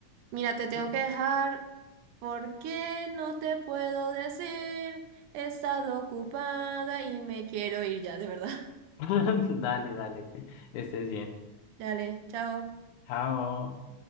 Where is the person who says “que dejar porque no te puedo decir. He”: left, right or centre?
Right